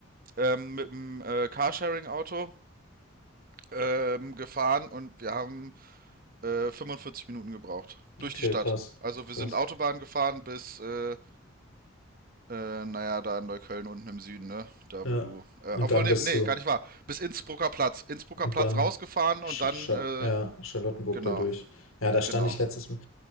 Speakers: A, on the right (about 45°); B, on the left (about 80°).
A: ähm, mit dem äh, Carsharing-Auto ähm, gefahren und wir haben äh, 45 Minuten gebraucht. Durch
B: Okay,
A: die Stadt.
B: krass.
A: Also
B: Krass.
A: wir sind Autobahn gefahren bis, äh, äh, naja, da in Neukölln unten im Süden, ne? Da
B: Ja.
A: wo du. Äh,
B: Und
A: obwohl,
B: dann
A: nee,
B: bist
A: nee,
B: du.
A: gar nicht wahr. Bis Innsbrucker Platz. Innsbrucker
B: Und
A: Platz
B: dann.
A: rausgefahren und
B: Sch
A: dann,
B: Sch
A: äh,
B: ja, Charlottenburg
A: genau,
B: dadurch. Ja, da stand
A: genau.
B: ich letztes Mal.